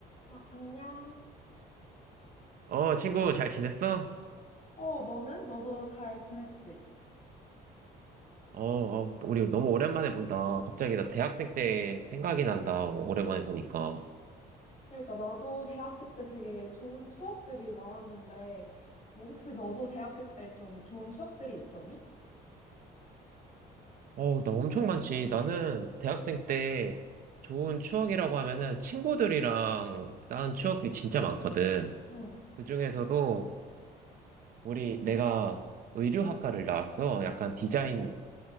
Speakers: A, on the left (about 45°); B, on the right (about 55°).
A: 아, 안녕.
B: 어, 친구, 잘 지냈어?
A: 어, 너는? 너도 잘 지냈지?
B: 어, 어, 우리 너무 오랜만에 본다. 갑자기 나 대학생 때 생각이 난다. 오랜만에 보니까.
A: 그러니까 나도 대학교 때 되게 좋은 추억들이 많았는데, 뭐 혹시 너도 대학교 때 좀 좋은 추억들이 있었니?
B: 어, 나 엄청 많지. 나는 대학생 때 좋은 추억이라고 하면은 친구들이랑 다는 추억이 진짜 많거든.
A: 응,
B: 그 중에서도 우리, 내가 의류학과를 나왔어. 약간 디자인,